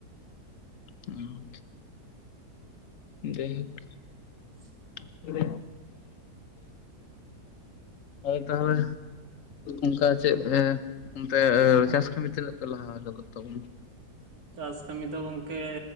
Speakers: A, on the left; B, on the right.
A: ᱦᱮᱸ ᱡᱟᱭᱦᱳᱠ
B: <inaudible>
A: <unintelligible> ᱦᱳᱭ ᱛᱟᱦᱚᱞᱮ ᱚᱱᱠᱟ ᱪᱮᱫ ᱚᱱᱛᱮ ᱪᱟᱥ ᱠᱟᱹᱢᱤ ᱛᱤᱱᱟᱹᱜ ᱯᱮ ᱞᱟᱦᱟ ᱟᱠᱟᱫ ᱛᱟᱵᱚᱱᱟ?
B: ᱪᱟᱥ ᱠᱟᱹᱢᱤ ᱫᱚ ᱜᱚᱝᱠᱮ